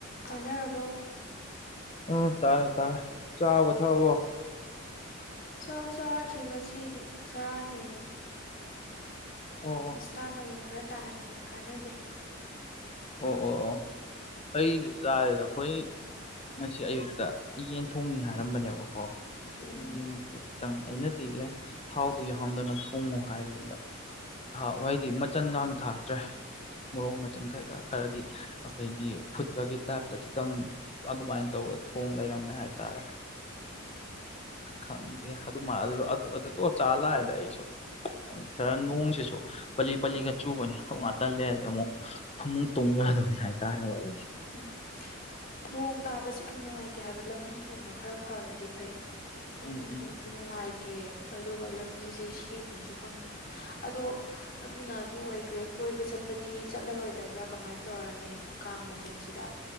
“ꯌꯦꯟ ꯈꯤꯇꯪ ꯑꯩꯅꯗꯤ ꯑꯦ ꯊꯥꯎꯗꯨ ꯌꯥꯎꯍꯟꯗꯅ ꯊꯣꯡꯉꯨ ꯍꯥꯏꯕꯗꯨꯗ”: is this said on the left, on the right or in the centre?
Left